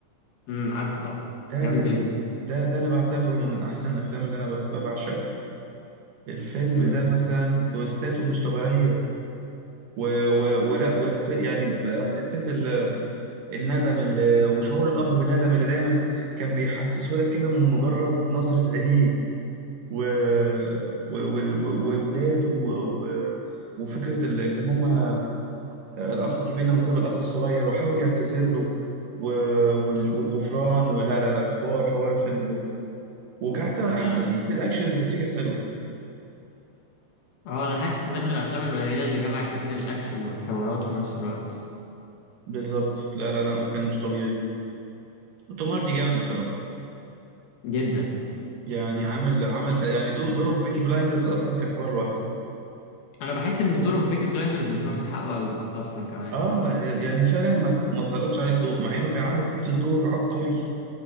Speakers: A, on the left; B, on the right.
A: امم عارفه طبعا
B: ده
A: جامد
B: ده فيلم
A: جدا
B: ده ده انا بعتبره من احسن الافلام اللي انا ب- بعشقه الفيلم
A: امم
B: ده مثلا تويستاته مش طبيعية و... و... ولا والف... يعني ب- حتة ال... الندم اللي... وشعور الأب بالندم اللي دايما كان بيحسسه لك كده من مجرد نظرة عينيه و... و... وال- و... وولاده و... و... وفكرة ال- اللي هما الأخ الكبير لما ساب الأخ الصغير وحاول يعتذر له و... وال... والغفران ولا لا لا حوار حوار الفيلم ده وحتى
A: ماشي
B: حتى سينز الأكشن اللي كانت فيه كانت حلوة
A: اه انا حاسس ان ده من الافلام القليله اللي جمعت ما بين الاكشن والحوارات في نفس الوقت
B: بالظبط لا لا لا كان مش طبيعي توم هاردي جامد بصراحه
A: جدا
B: يعني عامل عامل يعني دو- دوره في بيكي بلايندرز اصلا كان حوار لوحده
A: انا بحس ان دوره في بيكي بلايندرز مش واخد حقه قوي اصلا كمان
B: اه يعني فعلا ما ت- ما تسلطش عليه الضوء مع انه كان عامل حته دور عبقري